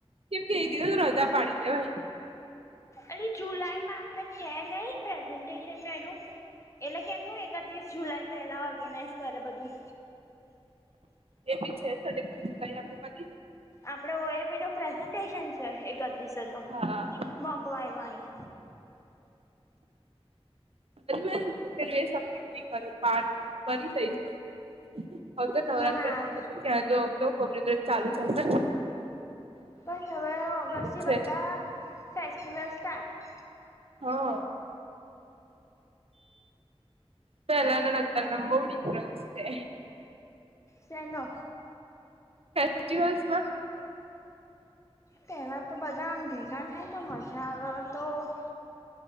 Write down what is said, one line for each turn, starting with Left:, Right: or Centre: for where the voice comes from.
Right: કેમ કે દ હૃજા પાડી દે ભાઈ
Left: અને જુલાઈમાં આપણેે છે નહી પ્રેઝન્ટેશન ન એનું એટલે કેમનું એકત્રીસ જુલાઈ પેલા ઓર્ગેનાઈઝ કરે બધું.
Right: એ બી છેઈ આપડે- -
Left: આપડે ઓએપી નું પ્રેઝન્ટેશન છે એકત્રીસ તો
Right: હા
Left: મોકવાયવાનું.
Right: પ મે પેું સબમિટ નહી કર્યું પાર ટુ કરી દઈશું. હ તો નવરાત્ર
Left: ના
Right: બધું ત્યાં જો આવ તો કબરીગ્રજ ચાલુ જશે.
Left: તો હવે ઓગસથી
Right: છે
Left: બધા ફેસ્ટિવલ સ્ટાર્ટ- -
Right: હા. પેલા નતાર મા બો ડિફરન્સ છે.
Left: શનો?
Right: ફેસ્ટિવલ્સમાં.
Left: પહેલાં તો બધા ભેગા થાય તો મજા આવે તો- -